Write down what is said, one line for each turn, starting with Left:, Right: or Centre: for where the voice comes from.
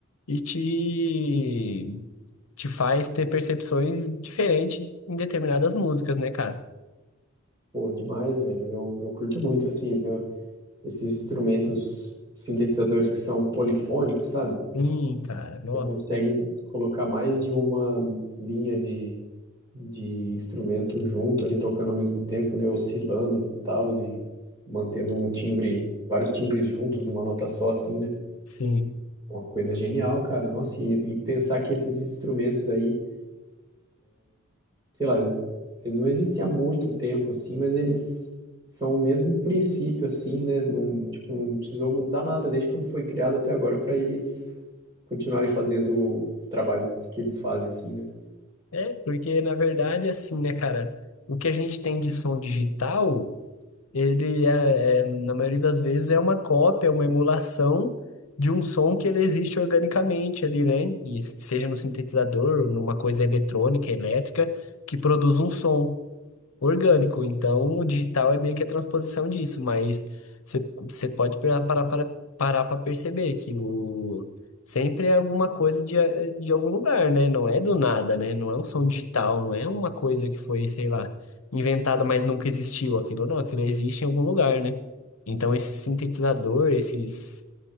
Left: e te, te faz ter percepções diferentes em determinadas músicas, né, cara?
Right: Pô, demais, velho. Eu, eu curto muito, assim, eu- esses instrumentos sintetizadores que são polifônicos, sabe?
Left: Sim, cara,
Right: Você
Left: nossa,
Right: consegue colocar mais de uma linha de, de instrumento junto ali, tocando ao mesmo tempo, né? Oscilando e tal, e mantendo um timbre, vários timbres juntos numa nota só, assim, né?
Left: sim.
Right: Uma coisa genial, cara. Nossa, e, e pensar que esses instrumentos aí, sei lá, eles não existem há muito tempo, assim, mas eles são o mesmo princípio, assim, né? Não, tipo, não precisou mudar nada desde quando foi criado até agora para eles continuarem fazendo o trabalho que eles fazem, assim, né?
Left: É, porque na verdade, assim, né, cara, o que a gente tem de som digital. Ele é, é, na maioria das vezes é uma cópia, uma emulação de um som que ele existe organicamente ali, né? E seja no sintetizador, numa coisa eletrônica, elétrica, que produz um som orgânico. Então, o digital é meio que a transposição disso, mas você você pode parar para para- parar para perceber que o sempre é alguma coisa de, a- de algum lugar, né? Não é do nada, né? Não é um som digital, não é uma coisa que foi, sei lá, inventada, mas nunca existiu aquilo, não, aquilo existe em algum lugar, né? Então, esse sintetizador, esses